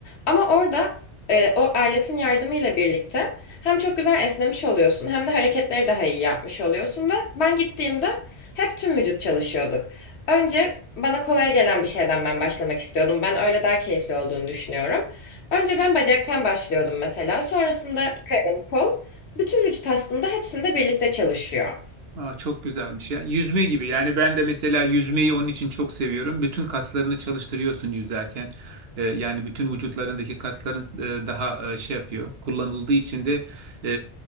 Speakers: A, on the left (about 75°); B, on the right (about 65°).
A: Ama orada e, o aletin yardımıyla birlikte hem çok güzel esnemiş oluyorsun hem de hareketleri daha iyi yapmış oluyorsun ve ben gittiğimde hep tüm vücut çalışıyorduk. Önce bana kolay gelen bir şeyden ben başlamak istiyordum. Ben öyle daha keyifli olduğunu düşünüyorum. Önce ben bacaktan başlıyordum mesela. Sonrasında karın, kol. Bütün vücut aslında hepsinde birlikte çalışıyor.
B: Aa, çok güzelmiş ya. Yüzme gibi. Yani ben de mesela yüzmeyi onun için çok seviyorum. Bütün kaslarını çalıştırıyorsun yüzerken. Ee, yani bütün vücutlarındaki kasların e, daha e, şey yapıyor. Kullanıldığı için de e,